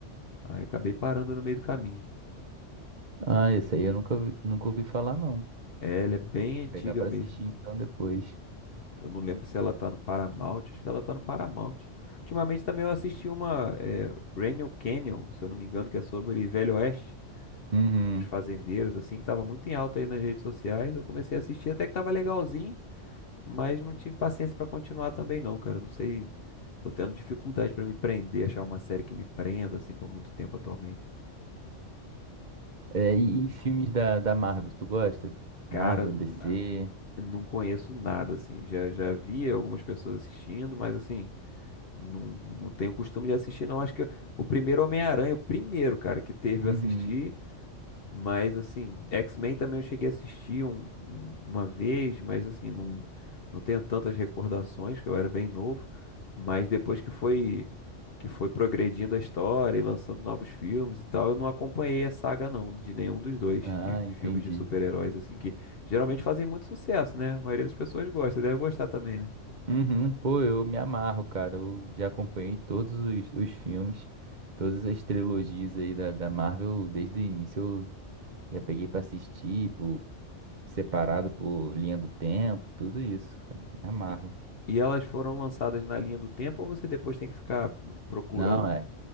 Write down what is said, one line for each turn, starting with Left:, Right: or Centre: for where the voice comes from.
Left: Aí acabei parando no meio do caminho.
Right: Ah, esse aí eu nunca, ouvi- nunca ouvi falar, não.
Left: É, ela é bem antiga
Right: Pegar pra
Left: mesmo.
Right: assistir então depois.
Left: Eu não lembro se ela tá no Paramount, acho que ela tá no Paramount. Ultimamente também eu assisti uma é, Rental Canyon, se eu não me engano, que é sobre Velho Oeste,
Right: Uhum.
Left: os fazendeiros assim, que tava muito em alta aí nas redes sociais. Eu comecei a assistir até que tava legalzinho. Mas não tive paciência pra continuar também não, cara. Não sei, tô tendo dificuldade pra me prender, achar uma série que me prenda assim por muito tempo atualmente.
Right: É, e, e filmes da, da Marvel, tu gosta?
Left: Cara,
Right: Marvel,
Left: n-
Right: DC.
Left: não conheço nada assim. Já já vi algumas pessoas assistindo, mas assim, não, não tenho costume de assistir não. Acho que o primeiro Homem-Aranha, o primeiro, cara, que teve
Right: Uhum.
Left: eu assisti Mas assim, X-Men também eu cheguei a assistir um- um- uma vez, mas assim, não, não tenho tantas recordações, que eu era bem novo, mas depois que foi que foi progredindo a história e lançando novos filmes e tal, eu não acompanhei a saga não, de nenhum dos dois,
Right: Ah,
Left: de
Right: entendi.
Left: filmes de super-heróis assim que geralmente fazem muito sucesso, né? A maioria das pessoas gosta, deve gostar também, né?
Right: Uhum. Pô, eu me amarro, cara. Eu já acompanhei todos os, os filmes, todas as trilogias aí da, da Marvel, desde o início eu já peguei pra assistir, por, separado por linha do tempo, tudo isso, cara. Me amarro.
Left: E, e elas foram lançadas na linha do tempo ou você depois tem que ficar procurando
Right: Não, é.